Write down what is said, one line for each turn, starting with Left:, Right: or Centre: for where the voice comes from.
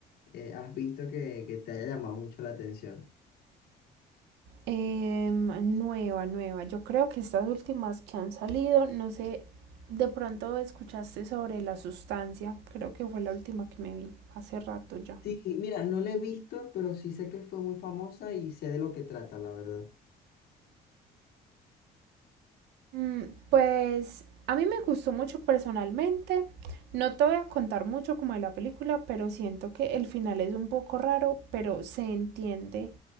Left: eh, has visto que, que te haya llamado mucho la atención?
Right: Em, nueva, nueva. Yo creo que estas últimas que han salido, no sé, de pronto escuchaste sobre la sustancia. Creo que fue la última que me vi hace rato ya.
Left: Sí, mira, no la he visto, pero sí sé que fue muy famosa y sé de lo que trata, la verdad.
Right: Mm, pues a mí me gustó mucho personalmente. No te voy a contar mucho como de la película, pero siento que el final es un poco raro, pero se entiende